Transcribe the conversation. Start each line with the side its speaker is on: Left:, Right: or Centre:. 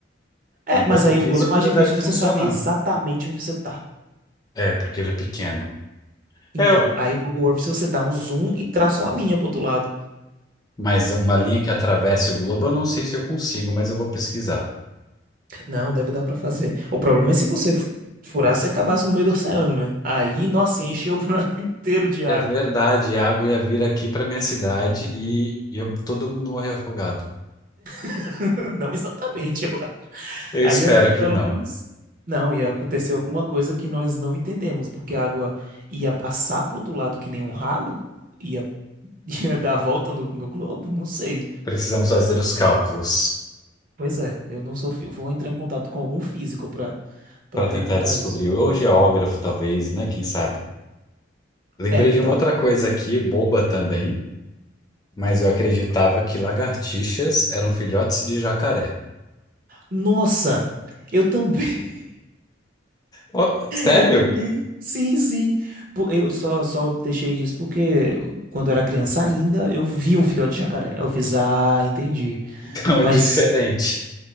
Right: É,
Left: Um globo
Right: mas aí
Left: físico
Right: o globo é mais
Left: já
Right: difícil
Left: deve funcionar.
Right: de você saber exatamente onde você tá.
Left: É, porque ele é pequeno.
Right: Então,
Left: É, eu-
Right: aí o Google Earth, se você dá um zoom e traça uma linha pro outro lado.
Left: mas uma linha que atravesse o globo, eu não sei se eu consigo, mas eu vou pesquisar.
Right: Não, deve dar pra fazer. O problema é se você f- furasse e acabasse no meio do oceano, né? Aí, nossa, encheu o buraco <laughs> inteiro de
Left: É
Right: água.
Left: verdade, a água ia vir aqui para minha cidade e, e eu- todo mundo morrer afogado.
Right: <laughs> Não exatamente.
Left: Eu
Right: Aí
Left: espero
Right: ia ter pelo
Left: que não.
Right: menos. Não, ia acontecer alguma coisa que nós não entendemos, porque a água ia passar pro outro lado que nem um ralo? Ia, <laughs> ia dar a volta no, no globo? Não sei.
Left: Precisamos fazer os cálculos
Right: Pois é, eu não sou. fi- Vou entrar em contato com algum físico para para
Left: para
Right: perguntar
Left: tentar descobrir.
Right: isso.
Left: Ou geógrafo, talvez, né? Quem sabe? Lembrei
Right: É, então.
Left: de uma outra coisa aqui, boba também, mas eu acreditava que lagartixas eram filhotes de jacaré.
Right: Nossa! Eu também. <laughs>
Left: Ó, sério?
Right: Eu também.
Left: <laughs>
Right: Sim, sim. Po- Eu só, só deixei disso porque quando eu era criança ainda, eu vi um filhote de jacaré. Eu fiz, ah, entendi.
Left: Então
Right: Mas.
Left: é diferente.